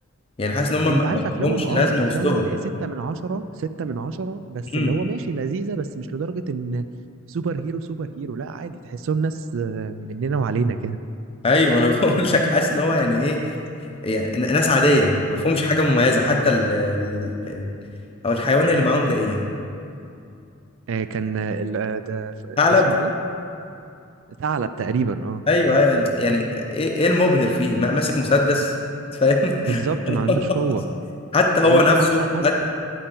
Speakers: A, on the left (about 25°); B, on the right (about 60°).
A: يعني حاسس ان
B: انت
A: هم ما
B: عارف
A: ما
B: افلامهم
A: لهمش
B: اه
A: لازمه وسطهم
B: افلامهم اللي هي ستة من عشرة ستة من عشرة بس
A: مم.
B: اللي هو ماشي لذيذة بس مش لدرجة ان سوبر هيرو سوبر هيرو لا عادي تحسهم ناس آه، مننا وعلينا كده
A: ايوه انا <laughs> بقول لك حاسس ان هو يعني ايه يعني ن- ناس عاديه ما فيهمش حاجه مميزه حتى ال ال- ال- او الحيوان اللي معاهم ده ايه
B: آه، كان آه، ال- آه، ده ف-
A: ثعلب
B: اسمه ايه ثعلب تقريبا اه
A: ايوه ايوه يعني ايه ايه المبهر فيه ما- ماسك مسدس فاهم
B: بالظبط
A: <laughs>
B: ما عندوش
A: خلاص.
B: قوة
A: حتى هو
B: اي
A: نفسه
B: حتى حتى
A: حتى